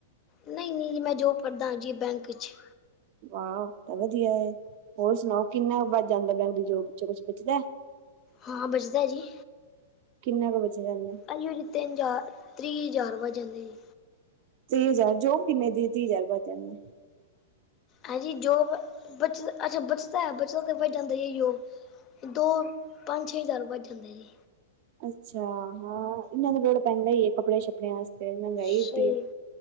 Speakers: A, on the left; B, on the right.
A: ਨਹੀਂ ਨਹੀਂ ਜੀ ਮੈਂ ਜੋਬ ਕਰਦਾਂ ਜੀ ਬੈਂਕ ਚ।
B: ਵਾਓ ਵਧੀਆ ਐ ਹੋਰ ਸੁਣਾਓ ਕਿੰਨਾ ਬਚ ਜਾਂਦਾ ਬੈਂਕ ਦੀ ਜੋਬ ਚੋਂ ਕੁਛ ਬਚਦਾ।
A: ਹਾਂ, ਬਚਦਾ ਜੀ।
B: ਕਿੰਨਾ ਕੁ ਬਚ ਜਾਂਦਾ।
A: ਹਾਂਜੀ-ਹਾਂਜੀ, ਤਿੰਨ ਹਜ਼ਾਰ ਤੀਹ ਹਜ਼ਾਰ ਬਚ ਜਾਂਦੇ ਜੀ।
B: ਤੀਹ ਹਜ਼ਾਰ ਜੋਬ ਕਿਨੇ ਦੀ ਏ ਤੀਹ ਹਜ਼ਾਰ ਬਚ ਜਾਂਦੇ ਨੇ।
A: ਹਾਂਜੀ ਜੋਬ ਬਚ ਅੱਛਾ ਬਚਦਾ ਬਚੋ ਤਾਂ ਬਚ ਜਾਂਦਾ ਜੀ ਜੋਬ ਦੋ-ਪੰਜ-ਛੇ ਹਜ਼ਾਰ ਬਚ ਜਾਂਦਾ ਜੀ।
B: ਅੱਛਾ ਹਾਂ ਏਨਾਂ ਦਾ ਲੋੜ ਪੈਂਦਾ ਈ ਏ ਕੱਪੜੇ ਸ਼ੱਪੜਿਆਂ ਆਸਤੇ ਮਹਿੰਗਾਈ
A: ਸਹੀ
B: ਐਡੀ ਏ।